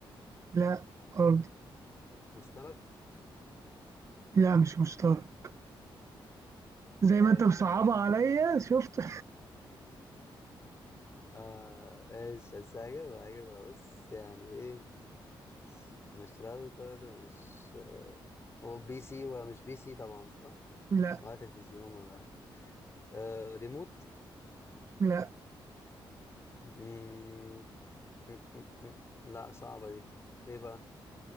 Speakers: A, on the right; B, on the left.
A: لا برضه
B: مشترك
A: لا مش مشترك زي
B: طيب
A: ما أنت مصعبها عليا شفت
B: اه ايش بس هجيب هجيب بص يعني ايه مش راوتر مش هو بي سي ومش بي سي طبعا صح
A: <laughs> لا
B: ولا تلفزيون ولا آه ريموت
A: لا
B: مم، مم، مم، مم. لا صعبة دي ايه بقى